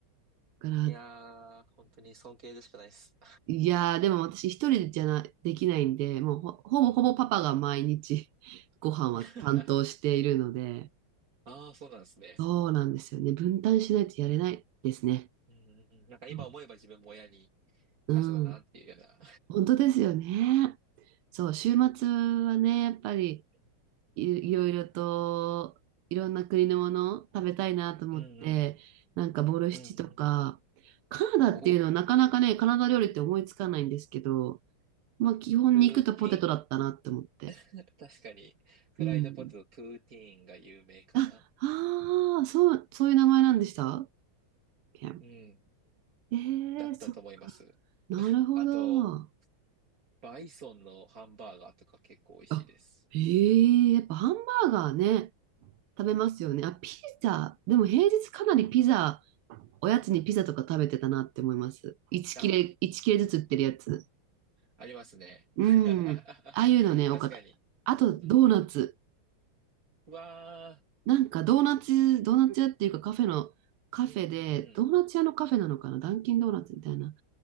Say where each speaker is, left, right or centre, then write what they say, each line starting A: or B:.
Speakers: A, on the right; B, on the right.
A: から、
B: いやー、本当に尊敬でしかないです。
A: いやー、でも私一人じゃな、できないんで、もうほ、ほぼほぼパパが毎日
B: うん。
A: <laughs> ご飯は担当しているので、
B: <laughs> ああ、そうなんですね。
A: そうなんですよね。分担しないとやれないですね。
B: うんうんうん。なんか今思えば自分も親に
A: うん。
B: 感謝だなっていうような。
A: うん本当ですよね。そう、週末はね、やっぱり
B: <laughs>
A: い、いろいろと、いろんな国のもの食べたいなと思って、
B: うんうん、
A: なんかボルシチとか、
B: うんうん。
A: カナダっていうのはなかなかね、
B: おお、
A: カナダ料理って思いつかないんですけど、まあ、基本肉とポテトだったなって思って。
B: プーティーン <laughs> 確かに、フライドポテト、
A: うん。
B: プーティーンが有名かな
A: あ、ああ、そう、そういう名前なんでしたケン。
B: うん、
A: ええ
B: だったと思います。
A: ー、そっか。なるほど。
B: あと、バイソンのハンバーガーとか結構美味しいです。
A: あ、ええやっぱハンバーガーね、
B: うん
A: 食べますよね。あ、ピザ。でも平日かなりピザ、おやつにピザとか食べてたなって思います。1切れ、
B: あ、
A: 1切れずつ売ってるやつ。
B: ありますね。
A: うん。
B: <laughs>
A: ああいうのね、多かった。
B: 確かに。
A: あと、ドーナツ。
B: うん。うわ
A: なんかドーナツ、ドーナツ屋っていうかカフェの、カフェで、
B: ー、うんうんうん。
A: ドーナツ屋のカフェなのかなダンキンドーナツみたいな。